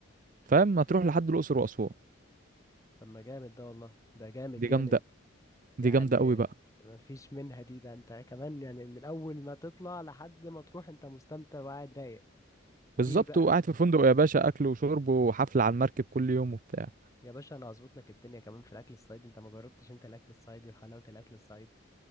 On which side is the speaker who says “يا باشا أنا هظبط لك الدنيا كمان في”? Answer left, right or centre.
Left